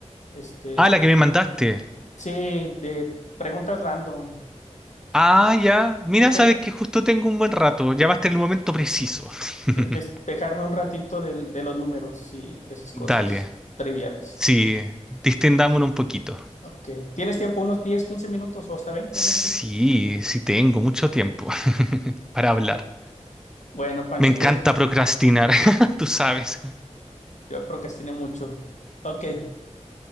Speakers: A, on the left; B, in the centre.
A: Este,
B: Ah, la que me mandaste.
A: sí, de preguntas random,
B: Ah, ya. Mira,
A: despe-
B: sabes que justo tengo un buen rato. Llamaste en el momento preciso. <laughs>
A: de- despejarme un ratito del- de, los números y esas
B: Dale.
A: cosas triviales.
B: Sí, distendámonos un poquito.
A: Ok, ¿tienes tiempo? Unos 10, 15 minutos o hasta 20?
B: Sí,
A: no sé.
B: sí tengo mucho tiempo <laughs> para hablar.
A: Bueno, Pancho,
B: Me encanta
A: pues
B: procrastinar, <laughs> tú sabes.
A: yo procrastiné mucho. Ok,